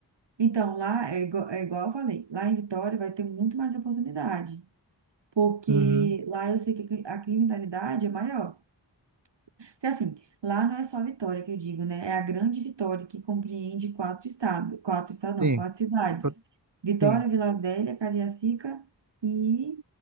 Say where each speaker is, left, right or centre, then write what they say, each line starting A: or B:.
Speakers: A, on the right; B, on the right.
A: então, lá é igual, é igual eu falei, lá em Vitória vai ter muito mais oportunidade, porque
B: Uhum.
A: lá eu sei que a cri- a criminalidade é maior. Porque assim, lá não é só a Vitória que eu digo, né? É a grande Vitória que compreende quatro estados, quatro estados,
B: Sim,
A: não, quatro cidades.
B: eu-
A: Vitória,
B: sim.
A: Vila Velha, Cariacica e